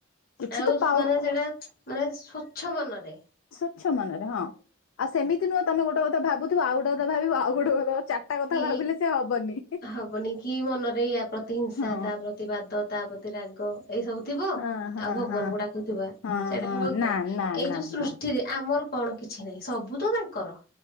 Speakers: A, on the left (about 75°); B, on the left (about 45°).
A: କିଛି
B: ଆଉ
A: ତ ପାଉ
B: ସ୍ ମାନେ ସେଟା ମାନେ ସ୍ଵଚ୍ଛ ମନରେ
A: ସ୍ଵଚ୍ଛ ମନରେ ହଁ । ଆଉ ସେମିତି ନୁହଁ ତମେ ଗୋଟେ କଥା ଭାବୁଥିବ ଆଉ ଗୋଟେ କଥା ଭାବିବ ଆଉ ଗୋଟେ କଥା ଚାରିଟା କଥା
B: କି
A: ଭାବିଲେ ସେ ହବନି।
B: ହବନି କି ମନରେ ଇୟା ପ୍ରତ୍ ତି ହିଂସା,
A: ହଁ
B: ତା ପ୍ରତି ବାଦ, ତା ପ୍ରତି ରାଗ ଏଇ ସବୁ ଥିବ
A: ହଁ ହଁ
B: ଆଉ ଭଗବାନଙ୍କୁ
A: ହଁ
B: ଡାକୁଥିବା
A: ହଁ
B: ସେଇଟା
A: ହଁ
B: ହବ
A: ନା
B: କି ଆଉ
A: ନା
B: ଏଇ
A: ନା
B: ଯୋଉ ସୃଷ୍ଟିରେ
A: ନା
B: ଆମର କଣ କିଛି ନାହିଁ ସବୁ ତ ତାଙ୍କର।